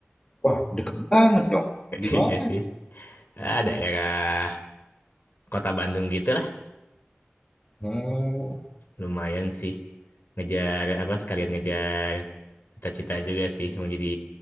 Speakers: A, on the left; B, on the left.
A: Wah, deket banget dong. Di
B: Iya
A: mana?
B: sih.
A: tuh?
B: Ah, daerah kota Bandung gitu lah.
A: Hmm,
B: Lumayan sih. Ngejar apa sekalian ngejar cita-cita juga sih mau jadi